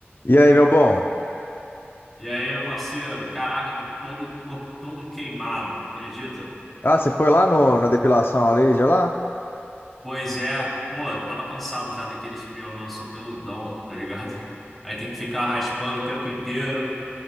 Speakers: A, on the left; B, in the centre.
A: E aí, meu bom?
B: E aí, meu parceiro? Caraca, tô todo corpo todo queimado, acredita?
A: Ah, você foi lá no, na depilação a laser lá?
B: Pois é, pô, tava cansado já daqueles pelos, mano, sou peludão, <laughs> tá ligado? Aí tem que ficar raspando o tempo inteiro,